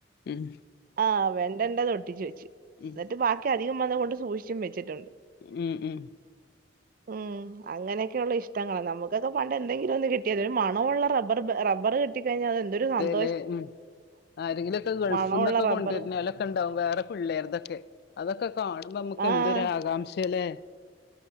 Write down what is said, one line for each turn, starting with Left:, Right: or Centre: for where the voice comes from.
Left: ഉം
Right: ആഹ് വെണ്ടന്റത് ഒട്ടിച്ചു വെച്ച്
Left: ഉം
Right: ന്നിട്ട് ബാക്കി അധികം വന്ന കൊണ്ട് സൂക്ഷിച്ചും വെച്ചിട്ടുണ്ട്.
Left: ഉം ഉം
Right: ഉം അങ്ങനെക്കെ ഒള്ള ഇഷ്ട്ടങ്ങളാ നമുക്കൊക്കെ പണ്ട് എന്തെങ്കിലും ഒന്ന് കിട്ട്യാത് ഒര് മണമൊള്ള റബ്ബർ പ്പ റബ്ബർ കിട്ടി കൈഞ്ഞാ അതന്തൊരു സ
Left: ലേ ഉം ആരെങ്കിലൊക്കെ ഗൾഫ്ന്നൊക്കെ
Right: മണമുള്ള റബ്ബർ
Left: കൊണ്ടെര്നൊല ക്കെ ണ്ടാവും വേറെ പിള്ളേർതൊക്കെ അതൊക്കെ കാണുമ്പോ നമ്മക്കെന്തൊരാകാംക്ഷേ
Right: ആഹ്
Left: ലേ?